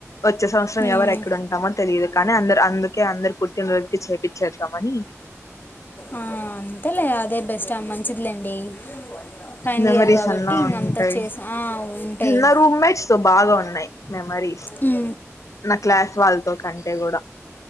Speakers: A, on the left; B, on the left.
A: ఒచ్చే సంవత్సరం
B: మ్మ్
A: ఎవర్ ఎక్కడ ఉంటామో తెలీదు కానీ అందరు అందుకే అందరు పుట్టినరోజుకి చెప్పిచేద్దమని
B: ఆ అంతేలే అదే బెస్ట్ ఆమె మంచిదిలేండి ఫైనల్
A: మెమరీస్
B: ఇయర్ కాబట్టి
A: అన్నా
B: ఇంక అంతా
A: ఉంటాయి
B: చేసి ఆ ఉంటాయి
A: నా రూమ్ మేట్స్ తో బాగా ఉన్నాయి మెమరీస్
B: ఉ
A: నా క్లాస్ వాళ్ళతో కంటే కూడా